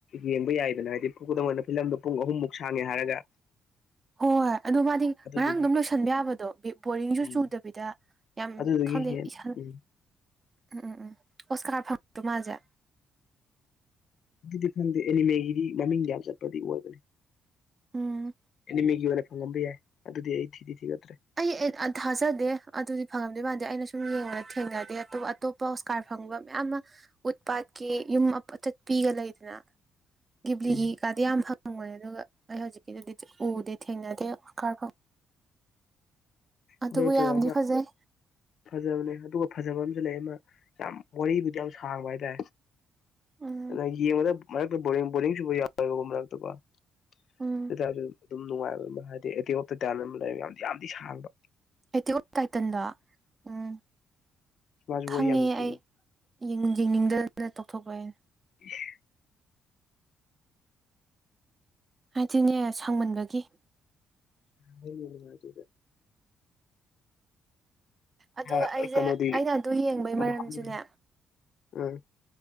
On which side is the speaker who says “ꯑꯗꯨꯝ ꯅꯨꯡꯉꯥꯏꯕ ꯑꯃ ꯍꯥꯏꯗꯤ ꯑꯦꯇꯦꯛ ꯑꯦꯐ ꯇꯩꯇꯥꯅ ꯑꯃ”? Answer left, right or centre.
Left